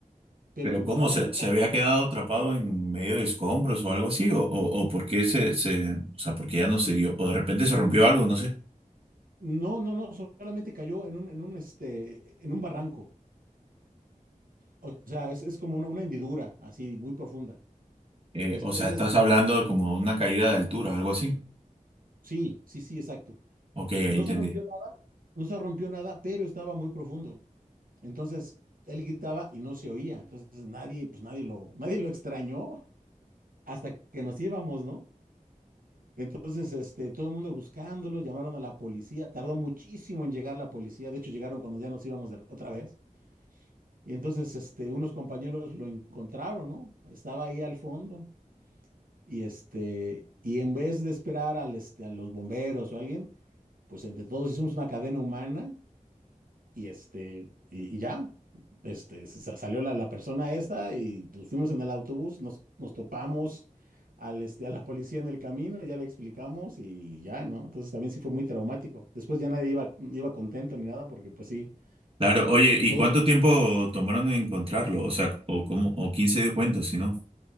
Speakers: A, on the right; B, on the right.
A: pero
B: Pero
A: como
B: ¿cómo?
A: estaba
B: ¿Se,
A: muy
B: se había quedado atrapado en medio de escombros o algo así? ¿O, o, o por qué se, se, o sea, porque ya no se dio? ¿O de repente se rompió algo? No sé.
A: No, no, no, solamente cayó en un, en un, este, en un barranco. O sea, es, es como una, una hendidura así muy profunda.
B: Eh,
A: Entonces,
B: o sea, estás hablando de como de una caída de altura, algo así.
A: sí, sí, sí, exacto.
B: Ok, ahí
A: No
B: entendí.
A: se rompió, nada- no se rompió nada, pero estaba muy profundo. Entonces, él gritaba y no se oía. Entonces, nadie, pues nadie lo, nadie lo extrañó hasta que nos íbamos, ¿no? Entonces, este, todo el mundo buscándolo, llamaron a la policía. Tardó muchísimo en llegar la policía. De hecho, llegaron cuando ya nos íbamos de- otra vez. Y entonces, este, unos compañeros lo encontraron, ¿no? Estaba ahí al fondo y este, y en vez de esperar al, este, a los bomberos o alguien, pues entre todos hicimos una cadena humana y este, y, y ya, este, se sa- salió la, la persona esta y nos fuimos en el autobús, nos, nos topamos al, este, a la policía en el camino, ya le explicamos y ya, ¿no? Entonces también sí fue muy traumático. Después ya nadie iba, iba contento ni nada porque pues sí,
B: Claro,
A: s-
B: oye,
A: s-
B: ¿y
A: todos
B: cuánto tiempo tomaron en encontrarlo? O sea, ¿o cómo? ¿O quién se dio cuenta, si no?